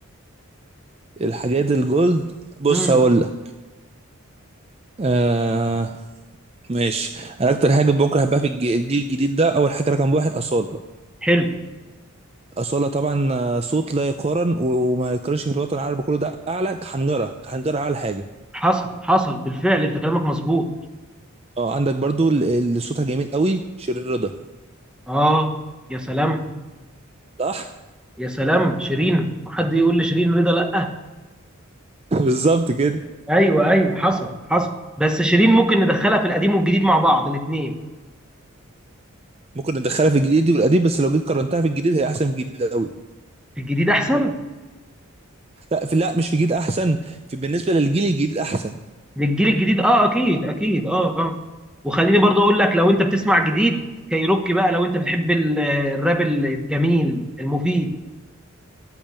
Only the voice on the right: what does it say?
الحاجات الجولد بص
هقول لك آه ماشي انا اكتر حاجه ممكن احبها في الج- الجيل الجديد ده اول حاجه رقم واحد اصاله
أصالة طبعا آه، صوت لا يقارن و- وما يقارنش في الوطن العربي كله ده أعلى حنجرة حنجرة أعلى حاجة
اه عندك برضو ال- اللي صوتها جميل قوي شيرين رضا
صح
<laughs> بالظبط كده
ممكن ندخلها في الجديد والقديم بس لو جيت قارنتها في الجديد هي أحسن في الجديد قوي
لا في لا مش في الجديد أحسن في بالنسبة للجيل الجديد أحسن